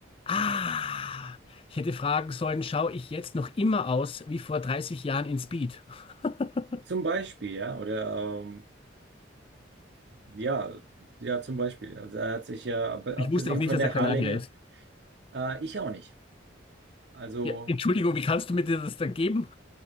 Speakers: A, on the left; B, on the right.
A: Ah, ich hätte fragen sollen, schaue ich jetzt noch immer aus wie vor 30 Jahren in Speed? <laughs>
B: Zum Beispiel, ja, oder ähm, ja, ja, zum Beispiel. Also er hat sich ja, ab- abgesehen
A: Ich wusste auch nicht,
B: von
A: dass
B: der
A: er Kanadier
B: Haarlänge,
A: ist.
B: äh, ich auch nicht. Also,
A: Ja, Entschuldigung, wie kannst du mir dir das dann geben?